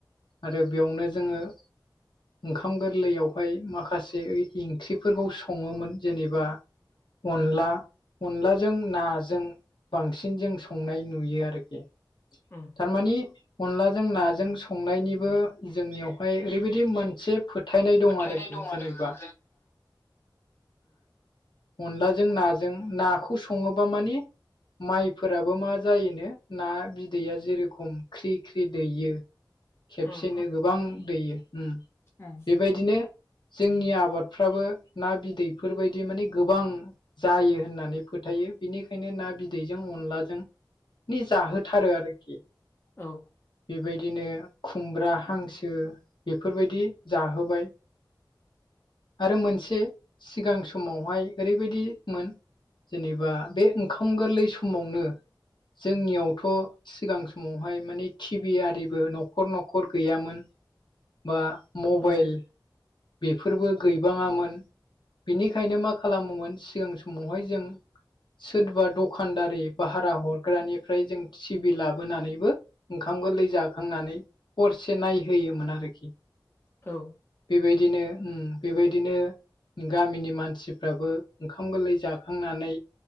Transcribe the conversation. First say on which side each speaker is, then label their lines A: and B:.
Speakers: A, on the left; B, on the left.
A: आरो बेयावनो जोंङो ओंखाम गोरलैयावहाय माखासे ओंख्रिफोरखौ संङोमोन जेनेबा अनला अनलाजों नाजों बांसिन जों संनाय नुयो आरोखि
B: उम
A: थारमानि अनलाजों नाजों संनायनिबो जोंनियावहाय ओरैबायाददि मोनसे फोथायनाय दं
B: फोथायनाय
A: आरोखि
B: आरो
A: जेनेबा
B: बेयाव
A: अनलाजों नाजों नाखौ सङोबा माने माइफोराबो मा जायोनो ना बिदैया जेरोखम ख्रि ख्रि दैयो। खेबसेनो
B: उम
A: गोबां दैयो
B: उम
A: बेबायदिनो जोंनि आबादफ्राबो ना बिदैफोरबायायदि माने गोबां जायो होननानै फोथायो बेनिखायनो ना बिदैजों अनलाजों नि जाहोथारो आरोखि
B: औ
A: बेबायदिनो खुमब्रा हांसो बेफोरबायदि जाहोबाय आरो मोनसे सिगां समावहाय ओरैबायदिमोन जेनेबा बे ओंखाम गोरलै समावनो जोंनियावथ' सिगां समावहाय मानि टिभि आरिबो न'खर न'खर गैयामोन बा मबाइल
B: औ
A: बेफोरबो गैबाङामोन। बेनिखायनो मा खालामोमोन सिगां समावहाय जों सोरबा दखानदारि भारा हरग्रानिफ्राय जों सिबि लाबोनानैबो ओंखाम गोरलै जाखांनानै हरसे नायहोयोमोन आरोखि
B: औ
A: बेबायदिनो उम बेबायदिनो गामिनि मानसिफ्राबो ओंखाम गोरलै जाखांनानै